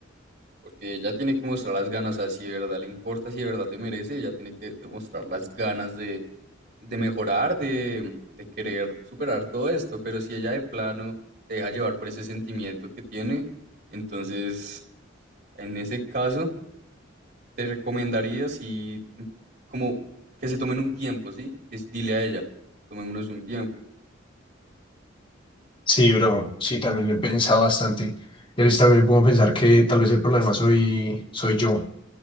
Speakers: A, on the right; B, on the left.
A: Porque ella tiene que mostrar las ganas, o sea, si de verdad le importa, si de verdad te merece, ella tiene que demostrar las ganas de, de mejorar, de, de querer superar todo esto. Pero si ella de plano se deja llevar por ese sentimiento que tiene, entonces en ese caso te recomendaría si, como que se tomen un tiempo, ¿sí? Es- dile a ella, tomémonos un tiempo.
B: Sí, bro, sí, también lo he pensado bastante. Y a veces también puedo pensar que tal vez el problema soy, soy yo. O